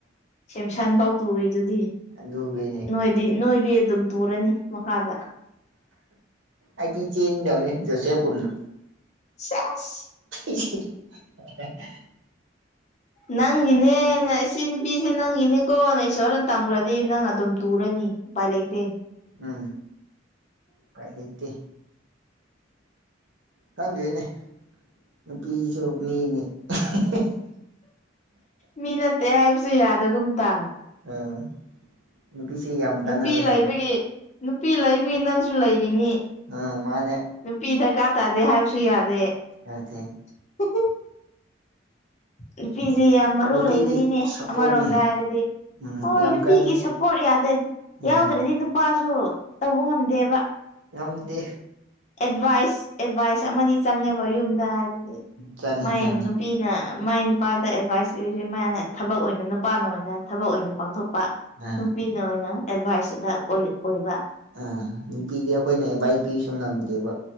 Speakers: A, on the left; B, on the right.
A: ꯁꯦꯝꯁꯟꯐꯧ ꯇꯣꯏꯗꯨꯗꯤ
B: ꯨꯗꯨꯒꯤꯅꯦ
A: ꯅꯣꯏꯗꯤ ꯅꯣꯏꯗꯤ ꯑꯗꯨꯝ ꯇꯨꯔꯅꯤ ꯃꯈꯥꯗ
B: ꯑꯩꯗꯤ ꯆꯦꯟꯗꯧꯅꯦ ꯖꯣꯁꯦꯐꯒꯨꯝꯅ
A: ꯆꯦꯁ
B: <unintelligible>
A: ꯅꯪꯒꯤꯅꯦꯅꯦ ꯏꯁꯤ ꯅꯨꯄꯤꯁꯦ ꯅꯪꯒꯤꯅꯦꯀꯣ ꯅꯪ ꯏꯁꯣꯔꯅ ꯇꯝꯈ꯭ꯔꯗꯤ ꯅꯪ ꯑꯗꯨꯝ ꯇꯨꯔꯅꯤ ꯎ ꯄꯥꯏ ꯂꯩꯇꯦ
B: ꯎꯝ ꯄꯥꯏ ꯂꯩꯇꯦ ꯈꯪꯗꯏꯅꯦ ꯅꯨꯄꯤꯁꯨ ꯃꯤꯅꯤ <unintelligible>
A: ꯃꯤ ꯅꯠꯇꯦ ꯍꯥꯏꯕꯁꯨ ꯌꯥꯗꯒꯨꯝ ꯇꯥꯎ
B: ꯎꯝ ꯅꯨꯄꯤꯁꯤ ꯌꯥꯝ ꯀꯥꯟꯅꯕꯅꯤꯗ
A: ꯅꯨꯄꯤ ꯂꯩꯕꯒꯤ ꯅꯨꯄꯤ ꯂꯩꯕꯤ ꯅꯪꯁꯨ ꯂꯩꯔꯤꯅꯤ
B: ꯑ ꯃꯥꯅꯦ
A: ꯅꯨꯄꯤ ꯗꯥꯔꯀꯥ ꯇꯥꯗꯦ ꯍꯥꯏꯕꯁꯨ ꯌꯥꯗꯦ
B: ꯌꯥꯗꯤ
A: <unintelligible> ꯅꯨꯄꯤꯁꯦ ꯌꯥꯝ ꯃꯔꯨ
B: ꯅꯨꯄꯤꯒꯤ
A: ꯂꯩꯕꯅꯤꯅꯦ
B: ꯁꯞꯄꯣꯔꯠꯅꯤ
A: ꯑꯃꯔꯣꯝꯗ ꯍꯥꯏꯔꯗꯤ
B: ꯎꯝ
A: ꯍꯣꯏ
B: ꯌꯥꯝ
A: ꯅꯨꯄꯤꯒꯤ
B: ꯀꯥꯟꯅꯩ
A: ꯁꯄꯣꯔꯠ ꯌꯥꯗ
B: ꯎꯝ
A: ꯌꯥꯎꯗ꯭ꯔꯗꯤ ꯅꯨꯄꯥꯁꯨ ꯇꯧꯕ ꯉꯝꯗꯦꯕ
B: ꯉꯝꯗꯦ
A: ꯑꯦꯗꯚꯥꯏꯁ ꯑꯦꯗꯚꯥꯏꯁ ꯑꯃꯗꯤ ꯆꯪꯉꯦꯕ ꯌꯨꯝꯗ ꯍꯥꯏꯕꯗꯤ
B: ꯆꯪꯉꯤ
A: ꯃꯥꯏ
B: ꯆꯪꯉꯤ
A: ꯅꯨ ꯄꯤꯅ ꯃꯥꯏ ꯅꯨꯄꯥꯗ ꯑꯦꯗꯚꯥꯏꯁ ꯄꯤꯔꯗꯤ ꯃꯥꯅ ꯊꯕꯛ ꯑꯣꯏꯅ ꯅꯨꯄꯥꯅ ꯑꯣꯏꯅ ꯊꯕꯛ ꯑꯣꯏꯅ ꯄꯥꯡꯊꯣꯛꯄ
B: ꯑꯥ
A: ꯅꯨꯄꯤꯅ ꯑꯣꯏꯅ ꯑꯦꯗꯚꯥꯏꯁꯇꯨꯗ ꯑꯣꯏ ꯑꯣꯏꯕ
B: ꯑꯥ ꯅꯨꯄꯤꯗꯤ ꯑꯩꯈꯣꯏꯅ ꯑꯦ ꯚꯥꯏ ꯄꯤꯁꯨ ꯉꯝꯗꯦꯕ